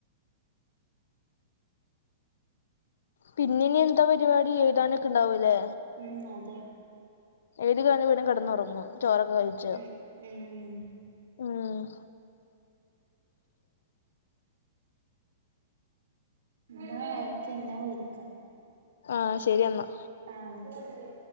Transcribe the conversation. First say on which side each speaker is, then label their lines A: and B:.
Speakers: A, on the left; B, on the right.
A: പിന്നെനി എന്താ പരിപാടി എഴുതാനക്കെ ഉണ്ടാവൂ അല്ലേ
B: ഉം അതെ
A: ഏത് കഞ്ഞവീടും കേടന്നുറങ്ങ ചോറോക്കെ കഴിച്ചു
B: ഉം, ഉം
A: ആഹ്
B: ന്നാ ഓക്കെ ന്നാ വിളിക്കാ
A: ആഹ്, ശരി എന്നാ
B: ആഹ്, ഓക്കെ